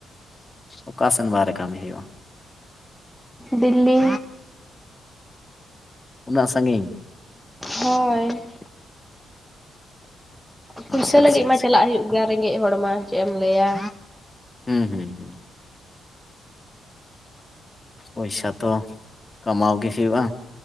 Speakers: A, on the left; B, in the centre.
A: ᱚᱠᱟ ᱥᱮᱱ ᱵᱟᱦᱨᱮ ᱠᱟᱹᱢᱤ ᱦᱩᱭᱩᱜᱼᱟ?
B: ᱫᱤᱞᱞᱤ
A: ᱩᱱᱟᱹᱜ ᱥᱟᱺᱜᱤᱧ?
B: ᱦᱳᱭ ᱯᱩᱭᱥᱟᱹ
A: ᱟᱪᱪᱷᱟ ᱟᱪᱪᱷᱟ
B: ᱞᱟᱹᱜᱤᱫ ᱢᱟ
A: ᱟᱪᱪᱷᱟ
B: ᱪᱟᱞᱟᱜ ᱦᱩᱭᱩᱜ ᱜᱮᱭᱟ ᱨᱮᱸᱜᱮᱡ ᱦᱚᱲ ᱢᱟ ᱪᱮᱫ ᱮᱢ ᱞᱟᱹᱭᱟ᱾
A: ᱦᱩᱸ ᱦᱩᱸ ᱦᱩᱸ ᱯᱚᱭᱥᱟ ᱛᱚ ᱠᱟᱢᱟᱣ ᱜᱮ ᱦᱩᱭᱩᱜᱼᱟ᱾